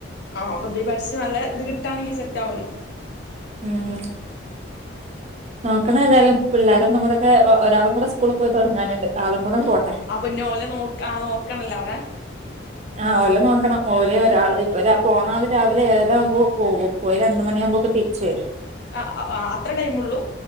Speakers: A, on the left; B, on the right.
A: ആഹ് അപ്പ ഇ പഠിച്ചച്ച് നല്ല ഇത് കിട്ടാണെങ്കിൽ സെറ്റ് ആവല്ലോ
B: ഉം നോക്കണ ഏതായാലും പിള്ളാര ഒന്നും കൂടെക്കെ ഒരാളും കൂടെ സ്കൂളിൽ പോയി തുടങ്ങാനുണ്ട് ആളും കൂടൊണ് പോട്ടെ
A: ആപ്പഞ്ഞെ ഓലെ നോക്ക ആഹ് നോക്കണല്ലോ അവിടെ
B: ആഹ് ഒല നോക്കണം ഓലെ ഒരാൾ ഇപ്പൊ പോണ ആള് രാവിലെ ഏഴര ആകുമ്പോ പോകും പോയി രണ്ട് മണിയാവുമ്പോക്ക തിരിച്ച വരും
A: ആഹ് അത്ര ടൈമോളളു